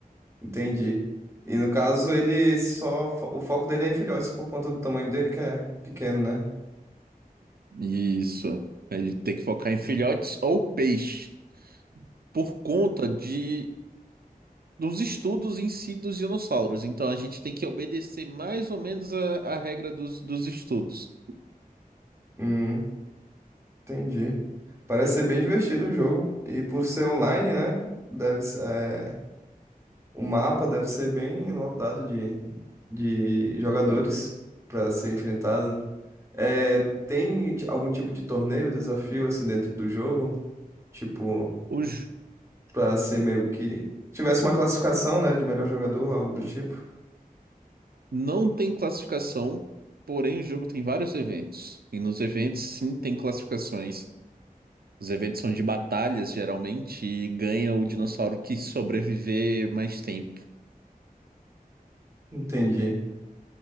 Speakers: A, on the right; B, on the right.
A: Entendi. E no caso, ele só. fo- O foco dele é em filhotes por conta do tamanho dele, que é pequeno, né?
B: Isso. Ele tem que focar em filhotes ou peixe. por conta de dos estudos em si dos dinossauros. Então a gente tem que obedecer mais ou menos a, a regra dos, dos estudos.
A: Hum, entendi. Parece ser bem divertido o jogo. E por ser online, né? Deve, s- é, o mapa deve ser bem lotado de, de jogadores para ser enfrentado. É, tem ti- algum tipo de torneio, desafio assim dentro do jogo? Tipo,
B: Os,
A: para ser meio que. Tivesse uma classificação, né? De melhor jogador, algo do tipo.
B: não tem classificação, porém o jogo tem vários eventos. E nos eventos sim tem classificações. Os eventos são de batalhas, geralmente, e ganha o dinossauro que sobreviver mais tempo.
A: Entendi.